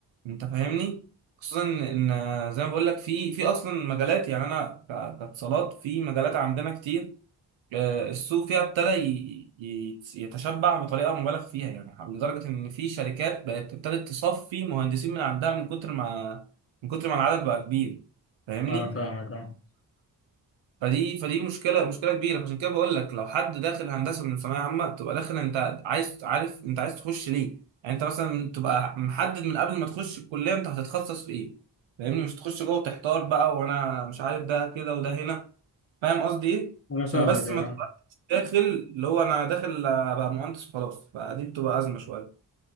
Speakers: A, on the right; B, on the left.
A: أنت فاهمني؟ خصوصا إن إن زي ما بقول لك في في أصلا مجالات يعني أنا ك- كاتصالات في مجالات عندنا كتير آه، السوق فيها ابتدى ي- ي- يتشبع بطريقه مبالغ فيها يعني لدرجه ان في شركات بقت ابتدت تصفي مهندسين من عندها من كتر ما من كتر ما العدد بقى كبير فاهمني
B: أنا فاهمك أه
A: فدي فدي مشكله مشكله كبيره عشان كده بقول لك لو حد داخل هندسه من ثانويه عامه تبقى داخل انت عايز عارف انت عايز تخش ليه يعني انت مثلا تبقى محدد من قبل ما تخش الكليه انت هتتخصص في ايه فاهمني مش تخش جوه وتحتار بقى وانا مش عارف ده كده وده هنا فاهم قصدي ايه
B: أنا
A: عشان
B: فاهمك
A: بس
B: أه
A: ما تبقاش داخل اللي هو انا داخل ابقى مهندس وخلاص فدي بتبقى ازمه شويه